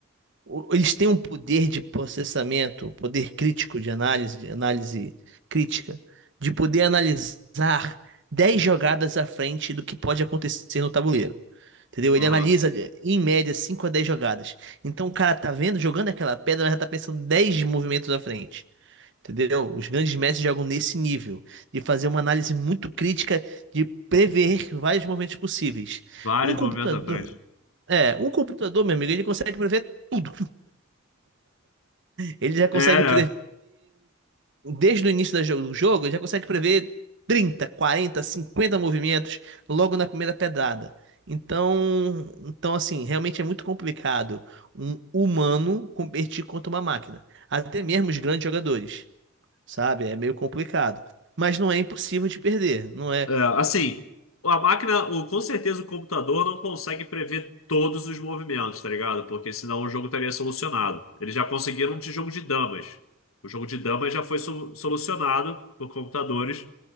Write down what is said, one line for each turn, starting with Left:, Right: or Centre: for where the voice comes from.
Right: o- Eles têm um poder de processamento, poder crítico de análise, de análise crítica, de poder analisar 10 jogadas à frente do que pode acontecer no tabuleiro. Entendeu?
Left: Aham.
Right: Ele analisa, em média, 5 a 10 jogadas. Então o cara tá vendo, jogando aquela pedra, mas já tá pensando 10 movimentos à frente. Entendeu? Os grandes mestres jogam nesse nível, de fazer uma análise muito crítica, de prever vários movimentos possíveis.
Left: Vários
Right: Um computador,
Left: movimentos à frente.
Right: é, um computador, meu amigo, ele consegue prever tudo. Ele já consegue
Left: Era.
Right: prever, desde o início da jo- do jogo, ele já consegue prever 30, 40, 50 movimentos logo na primeira pedrada. Então, então assim, realmente é muito complicado um humano competir contra uma máquina. Até mesmo os grandes jogadores, sabe? É meio complicado. Mas não é impossível de perder, não é?
Left: É, assim, a máquina, o, com certeza o computador não consegue prever todos os movimentos, tá ligado? Porque senão o jogo estaria solucionado. Eles já conseguiram de jogo de damas. O jogo de damas já foi so- solucionado por computadores,